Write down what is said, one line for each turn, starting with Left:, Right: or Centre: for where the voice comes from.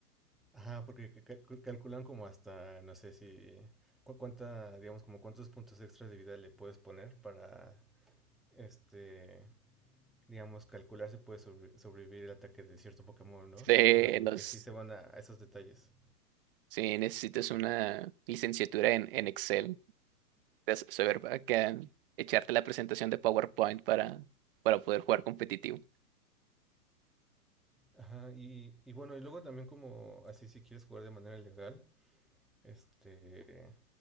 Centre: Ajá, porque ca- ca- calculan como hasta, no sé si, cu- cuánta, digamos, como cuántos puntos extras de vida le puedes poner para, este, digamos, calcular si puedes sobre- sobrevivir el ataque de cierto Pokémon, ¿no?
Right: Sí,
Centre: O sea, como
Right: los,
Centre: que sí se van a, a esos detalles.
Right: sí, necesitas una licenciatura en, en Excel, de s- saber acá, echarte la presentación de PowerPoint para, para poder jugar competitivo.
Centre: Ajá, y, y bueno, y luego también como así si quieres jugar de manera legal, Este,